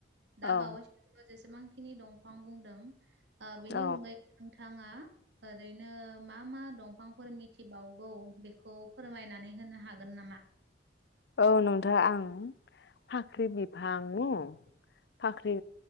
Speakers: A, on the right (about 65°); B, on the left (about 60°).
A: दा
B: औ
A: बावैसो जेसेबां खिनि दंफां बुं बाय ओ बेनि
B: औ
A: अनगायै नोंथाङा ओरैनो मा मा दंफांफोर मिथिबावगौ बेखौ फोरमायनानै होनो हा गोन नामा?
B: औ नोंथा आं फाख्रि बिफां न' फाख्रि